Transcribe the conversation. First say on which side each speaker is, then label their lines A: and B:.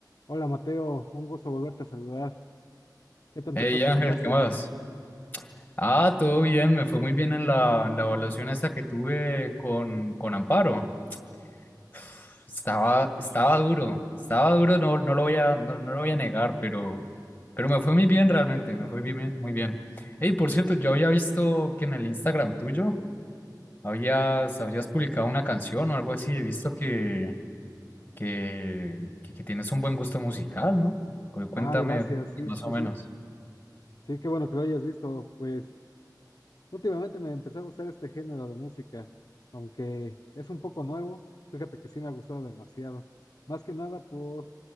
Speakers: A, on the left; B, on the left.
A: Hola Mateo, un gusto volverte a saludar. ¿Qué tal
B: Hey
A: te fue tus
B: Ángel,
A: clases?
B: ¿qué más? Ah, todo bien, me fue muy bien en la, en la evaluación esta que tuve con, con Amparo. <sighs> Estaba, estaba duro, estaba duro, no, no lo voy a, no, no lo voy a negar, pero, pero me fue muy bien realmente, me fue bien- muy bien. Hey, por cierto, yo había visto que en el Instagram tuyo habías, habías publicado una canción o algo así, he visto que, que, que, que tienes un buen gusto musical, ¿no? Cu- Cuéntame
A: Ah, gracias, sí,
B: más
A: sí,
B: o menos.
A: sí. Sí, qué bueno que lo hayas visto. Pues últimamente me empezó a gustar este género de música, aunque es un poco nuevo. Fíjate que sí me ha gustado demasiado. Más que nada por